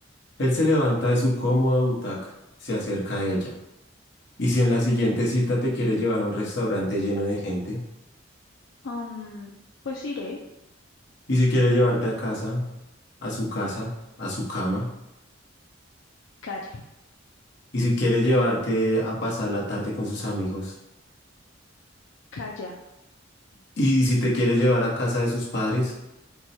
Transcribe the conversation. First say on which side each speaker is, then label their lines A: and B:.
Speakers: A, on the left (about 60°); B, on the left (about 75°).
A: Él se levanta de su cómoda butaca, se acerca a ella. ¿Y si en la siguiente cita te quiere llevar a un restaurante lleno de gente?
B: Um, pues iré.
A: ¿Y si quiere llevarte a casa, a su casa, a su cama?
B: Calla,
A: ¿Y si quiere llevarte a pasar la tarde con sus amigos?
B: calla,
A: ¿Y si te quiere llevar a casa de sus padres?